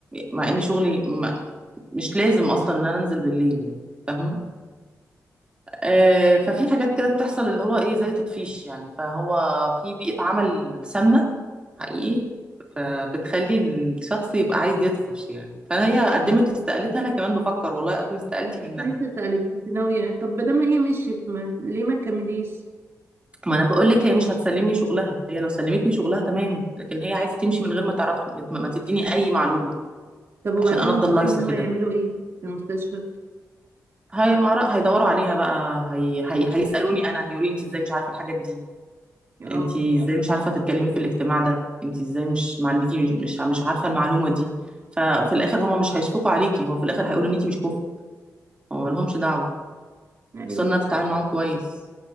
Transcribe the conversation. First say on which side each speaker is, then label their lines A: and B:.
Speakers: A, on the right; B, on the right.
A: مع ان شغلي ما- مش لازم اصلا ان انا انزل بالليل يعني فاهمه آه، ففي حاجات كده بتحصل اللي هو ايه زي تطفيش يعني فهو في بيئة عمل سامة حقيقي فبتخلي الشخص يبقى عايز يطفش يعني فهي قدمت استقالتها انا كمان بفكر والله اقدم استقالتي منها
B: كنت لسه اسألك انت ناوية طب بدل ما هي مشيت ما... ليه ما تكمليش؟
A: ما انا بقول لك هي مش هتسلمني شغلها هي لو سلمتني شغلها تمام لكن هي عايزة تمشي من غير ما تعرف ما ما تديني اي معلومة
B: طب وبعدين
A: عشان انا
B: المفروض
A: افضل لايصة
B: ان هم
A: كده
B: يعملوا ايه في المستشفى؟
A: هي هيدوروا عليها بقى هي... هي... هيسألوني انا هيقولوا لي انت ازاي مش عارفة الحاجات دي
B: اه
A: انتي ازاي مش عارفه تتكلمي في الاجتماع ده انتي ازاي مش ما عندكي مش مش مش عارفه المعلومه دي ففي الاخر هما مش هيشفقوا عليكي هو في الاخر هيقولوا ان انتي مش كفء هو ما لهمش دعوه
B: ايوه
A: خصوصا إن انا بتعامل معاهم كويس